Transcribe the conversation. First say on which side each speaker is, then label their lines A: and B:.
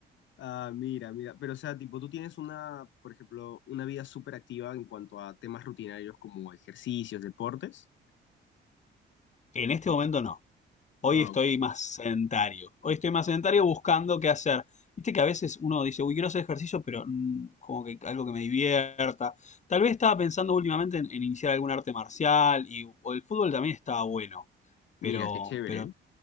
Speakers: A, on the left; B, on the left.
A: Ah, mira, mira, pero o sea, tipo, tú tienes una, por ejemplo, una vida súper activa en cuanto a temas rutinarios como ejercicios, deportes.
B: En este momento no. Hoy
A: Ah,
B: estoy
A: ok.
B: más sedentario. Hoy estoy más sedentario buscando qué hacer. Viste que a veces uno dice, uy, quiero hacer ejercicio, pero mm, como que algo que me divierta. Tal vez estaba pensando últimamente en, en iniciar algún arte marcial y o el fútbol también estaba bueno,
A: Mira,
B: pero,
A: qué chévere.
B: pero